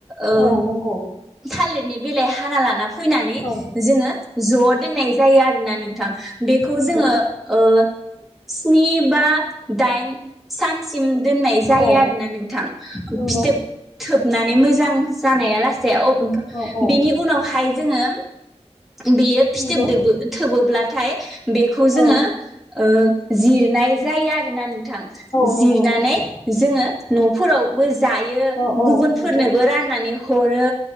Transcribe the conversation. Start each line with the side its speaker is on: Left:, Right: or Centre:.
Centre: ओ
Left: औ नंगौ
Centre: थालिरनि बेलायाव हाना लाना फैनानै
Left: औ
Centre: जोङो ज' दोननाय जायो आरोना नोंथां। बेखौ
Left: नंगौ
Centre: जोङो ओ स्नि बा डाइन सान सिम दोननाय जायो
Left: औ
Centre: आरोना नोंथां
Left: नंगौ
Centre: फिथोब थोबनानै मोजां जानाया लासे
Left: औ औ
Centre: बिनि उनावहाय जोङो बेयो फिथोबदोबो
Left: नंगौ
Centre: थोबोब्लाथाय <inaudible> बेखौ
Left: औ
Centre: जोङो ओ जिरनाय जायो आरो ना नों थां
Left: नंगौ
Centre: जिरनानै
Left: नंगौ
Centre: जोङो न'फोराव जायो
Left: औ औ
Centre: गुबुनफोरनोबो
Left: नंगौ
Centre: राननानै हरो